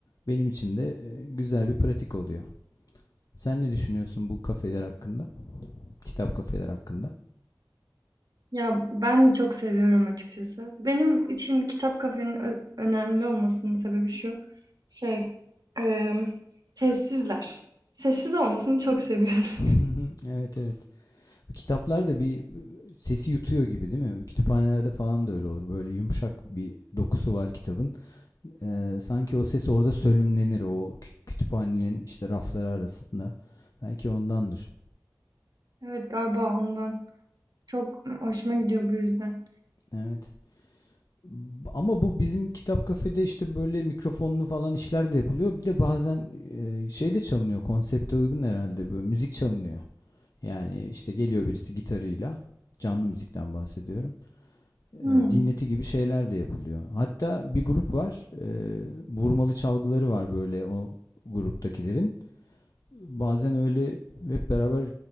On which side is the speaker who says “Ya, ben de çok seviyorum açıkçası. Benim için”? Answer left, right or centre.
Right